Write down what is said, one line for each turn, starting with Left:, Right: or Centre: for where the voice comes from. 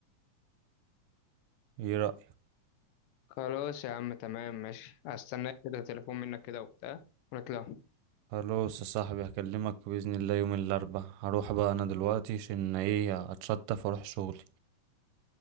Right: ايه رأيك؟
Left: خلاص يا عم تمام ماشي هستناك كده تليفون منك كده وبتاع ونطلع
Right: خلاص يا صاحبي هكلمك بإذن الله يوم الأربع هروح بقى أنا دلوقتي عشان ايه هتشطف واروح شغلي